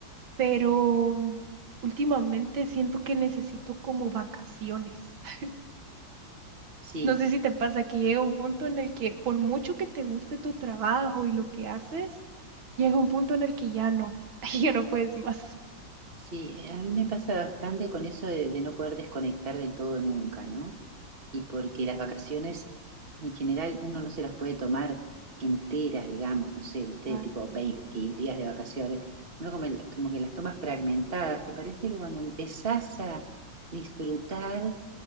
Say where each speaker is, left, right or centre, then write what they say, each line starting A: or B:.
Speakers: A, on the right; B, on the right.
A: pero mm, últimamente siento que necesito como vacaciones. <laughs>
B: Sí.
A: No sé si te pasa que llega un punto en el que por mucho que te guste tu trabajo y lo que haces, llega un punto en el que ya no, <laughs> ya no puedes más.
B: Sí, eh, a mí me pasa bastante con eso de, de no poder desconectar del todo nunca, ¿no? Y porque las vacaciones en general uno no se las puede tomar enteras, digamos, no sé, viste,
A: Exacto,
B: tipo 20 días de vacaciones. Uno como, el- como que las tomas fragmentadas, que parece que cuando empezás a disfrutar